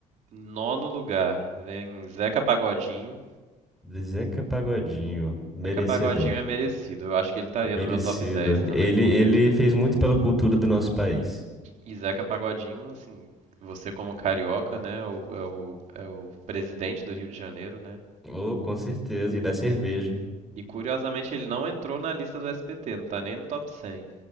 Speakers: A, on the right; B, in the centre.
A: Nono lugar, vem Zeca Pagodinho.
B: Zeca Pagodinho, merecedor.
A: Zeca Pagodinho é merecido. Eu acho que ele estaria
B: Merecido.
A: no meu top 10 também,
B: Ele,
A: porque.
B: ele fez muito pela cultura do nosso país.
A: E Zeca Pagodinho, assim, você como carioca, né? É o, é o, é o presidente do Rio de Janeiro, né?
B: Oh, com certeza. E da cerveja.
A: E curiosamente ele não entrou na lista do SBT, não tá nem no top 100.